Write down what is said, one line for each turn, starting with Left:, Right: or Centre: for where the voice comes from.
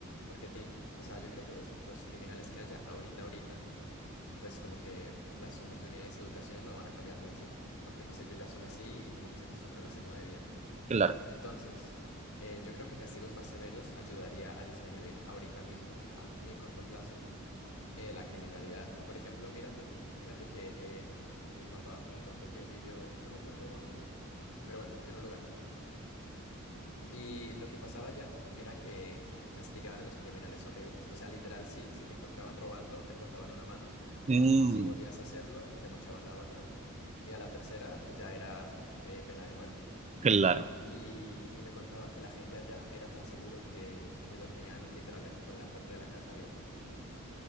Left: porque, Tin, o sea, yo creo que los, los criminales que haya ahorita, ahorita, pues como que las oportunidades de educación no van a cambiar mucho, porque pues ellos ya son así y como que se acostumbran a ese modo de vida.
Right: claro.
Left: Entonces, eh, yo creo que castigos más severos ayudaría a disminuir ahorita mismo, a muy corto plazo, eh, la criminalidad. Por ejemplo, mírate, fíjate que em, mi papá me contó que él vivió, no me acuerdo dónde, pero bueno, en un lugar. Y lo que pasaba allá era que castigaban a los criminales horribles. O sea, literal, si, si te encontraban robando, te cortaban una mano
Right: Mm,
Left: y si volvías a hacerlo, te mochaban la otra. Y a la tercera eh, ya era eh, pena de muerte.
Right: claro.
Left: Y, y me contaba que la gente allá era tan seguro que, que dormían literalmente con la puerta de la casa abierta.